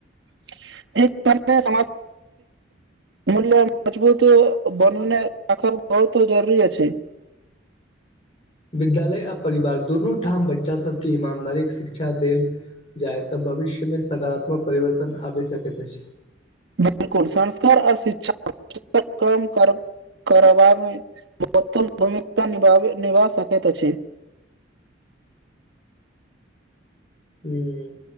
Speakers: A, on the right; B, on the left.
A: <unintelligible> एक सम मूल्य मजबूत बनने राखब बहुत जरूरी अछि।
B: विद्यालय आ परिवार दुनू ठाम बच्चा सब केँ ईमानदारीक शिक्षा देल जायत भविष्य में सकारात्मक परिवर्तन आबि सकैत अछि।
A: बिल्कुल संस्कार आ शिक्षा <unintelligible> करबामे <unintelligible> महत्वपूर्ण भूमिका निभाबै निभा सकैत अछि।
B: हूँ